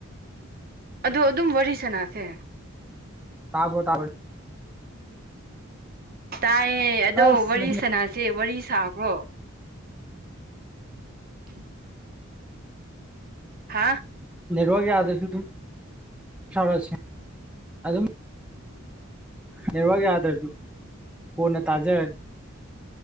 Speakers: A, on the right; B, in the centre.
A: ꯑꯗꯣ ꯑꯗꯨꯝ ꯋꯥꯔꯤ ꯁꯥꯅꯁꯦ
B: ꯇꯥꯕꯣ ꯇꯥꯕ
A: ꯇꯥꯏꯌꯦ ꯑꯗꯣ
B: ꯑꯁ
A: ꯋꯥꯔꯤ ꯁꯥꯅꯥꯁꯦ ꯋꯥꯔꯤ ꯁꯥꯈ꯭ꯔꯣ <inaudible> ꯍꯥꯥ
B: ꯅꯦꯠꯋꯥꯛ ꯌꯥꯗꯁꯨ ꯑꯗꯨꯝ ꯏꯁꯥꯅ ꯁꯦꯝ ꯑꯗꯨꯝ ꯅꯦꯠꯋꯥꯛ ꯌꯥꯗ꯭ꯔꯁꯨ ꯀꯣꯟꯅ ꯇꯥꯖꯔꯅꯤ